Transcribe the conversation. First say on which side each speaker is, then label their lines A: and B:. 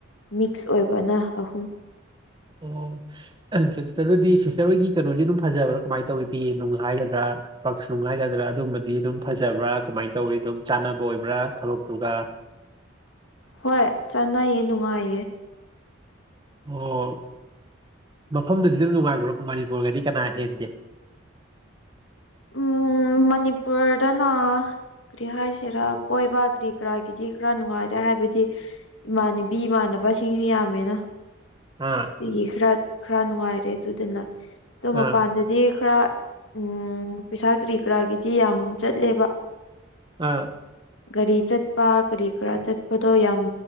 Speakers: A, on the left; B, on the right.
A: ꯃꯤꯛꯁ ꯑꯣꯏꯕꯅ ꯑꯍꯨꯝ
B: ꯑꯣ ꯑꯗꯨꯩꯅꯗꯤ ꯁꯤꯁꯇꯔ ꯍꯣꯏꯒꯤ ꯀꯩꯅꯣꯗꯤ ꯑꯗꯨꯝ ꯐꯖꯕ꯭ꯔꯥ ꯀꯃꯥꯏꯅ ꯇꯧꯋꯤ ꯄꯤ ꯅꯨꯡ ꯍꯥꯏꯒꯗ꯭ꯔꯥ ꯄꯛꯁꯨꯡ ꯍꯥꯏꯒꯗ꯭ꯔꯥ ꯑꯗꯨꯝꯕꯗꯤ ꯑꯗꯨꯝ ꯐꯖꯕ꯭ꯔꯥ ꯀꯃꯥꯏꯅ ꯇꯧꯋꯤ ꯑꯗꯨꯝ ꯆꯥꯅꯕ ꯑꯣꯏꯕ꯭ꯔꯥ ꯈꯂꯛꯇꯨꯒ
A: ꯍꯣꯏ ꯆꯥꯟꯅꯩꯌꯦ ꯅꯨꯡꯉꯥꯏꯌꯦ
B: ꯑꯣꯝ ꯃꯐꯝꯗꯨꯗꯤ ꯑꯗꯨꯝ ꯅꯨꯡꯉꯥꯏꯈ꯭ꯔꯣꯀꯣ ꯃꯅꯤꯄꯨꯔꯒꯗꯤ ꯀꯅꯥ ꯍꯦꯟꯒꯦ
A: ꯎꯝ ꯃꯅꯤꯄꯨꯔꯗꯅ ꯀꯔꯤ ꯍꯥꯏꯁꯤꯔꯥ ꯀꯣꯏꯕ ꯀꯔꯤ ꯀꯔꯥꯒꯤꯗꯤ ꯈꯔ ꯅꯨꯡꯉꯥꯏꯔꯦ ꯍꯥꯏꯕꯗꯤ ꯏꯃꯥꯟꯅꯕꯤ ꯏꯃꯥꯟꯅꯕꯁꯤꯡꯁꯨ ꯌꯥꯝꯃꯦꯅ
B: ꯑꯥ
A: ꯑꯗꯒꯤ ꯈꯔ ꯈꯔ ꯅꯨꯡꯉꯥꯏꯔꯦ ꯑꯗꯨꯗꯨꯅ ꯑꯣ ꯃꯄꯥꯟꯗꯗꯤ
B: ꯑꯥ
A: ꯈꯔ ꯎꯝ ꯄꯩꯁꯥ ꯀꯔꯤ ꯀꯔꯥꯒꯤꯗꯤ ꯌꯥꯝ ꯆꯠꯂꯦꯕ
B: ꯑꯥ
A: ꯒꯥꯔꯤ ꯆꯠꯄ ꯀꯔꯤ ꯀꯔꯥ ꯆꯠꯄꯗꯣ ꯌꯥꯝ